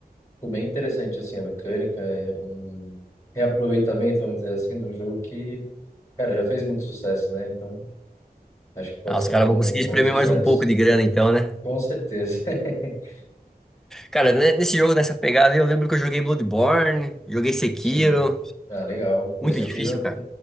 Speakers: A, on the left; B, in the centre.
A: Ficou bem interessante, assim, a mecânica, é um reaproveitamento, vamos dizer assim, de um jogo que, cara, já fez muito sucesso, né? Então, acho que pode
B: Ah, os
A: ser
B: caras
A: um,
B: vão conseguir
A: um
B: espremer
A: novo sucesso.
B: mais um pouco de grana então, né?
A: Com certeza. <laughs>
B: Cara, né, nesse jogo, nessa pegada, aí, eu lembro que eu joguei Bloodborne, joguei Sekiro.
A: Sim. Ah, legal. Pô,
B: Muito
A: Sekiro,
B: É, difícil, cara.